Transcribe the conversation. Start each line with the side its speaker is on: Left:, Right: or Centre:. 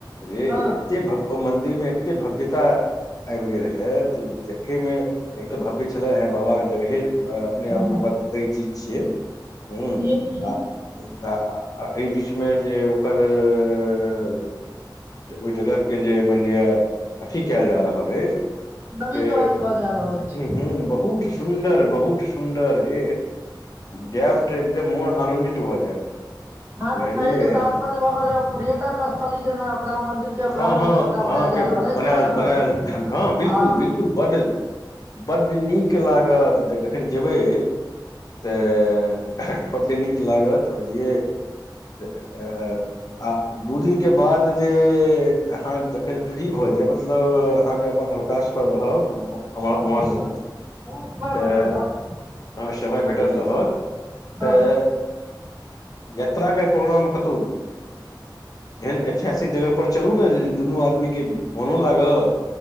Left: रे
Right: हँ
Left: एते भव्य मन्दिरमें एते भव्यता आबि गेल है त देखे मे एक तऽ भव्य छै छलै हे बाबाके जगहे अपने
Right: हँ
Left: आपमे
Right: हँ
Left: बड़ पैघ चीज छियै ह
Right: जे कि
Left: आ आ एहि बीचमे जे ओकर रररर ओहि जगह के जे मानि लिअ अथी कयल जा रहल अछि।
Right: नवीकरण
Left: से
Right: होमय जा रहल अछि।
Left: ह बहुत सुन्दर बहुत सुन्दर ए जायब त एकदम मोन आनन्दित भऽ जायत।
Right: आहा
Left: बुझलियै
Right: के कहे के तात्पर्य भऽ गेल ह पर्यटक स्थली जेना ओकरा मंदिर के प्रांगण
Left: हँ हँ
Right: के पूरा
Left: आहाँ
Right: बनायल जा
Left: के
Right: रहल अइ
Left: बनायल
Right: सएह ने
Left: बनायल हँ बिलकुल
Right: आ
Left: बिलकुल बड बड्ड नीक लागत जे जखन जेबै तऽ बड नीक लागत बुझलिय तऽ अ आ दू दिन के बाद जे अ अहाँ जखन फ्री भऽ जाय मतलब अहाँके अपन अवकाश पर रहब <unintelligible> हम हमर
Right: हँ हँ हँ
Left: से
Right: हँ समय
Left: तऽ
Right: बचल रहत
Left: हँ समय भेटल रहत
Right: हँ
Left: तऽ यात्रा के प्रोग्राम कतहु एहन ऐतिहासिक जगह पर चलू ने जे दुनू आदमी के मोनो लागत